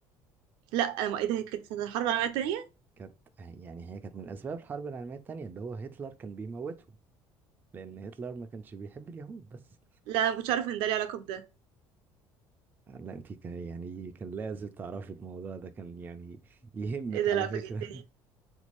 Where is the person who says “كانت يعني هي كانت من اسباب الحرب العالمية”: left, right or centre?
Right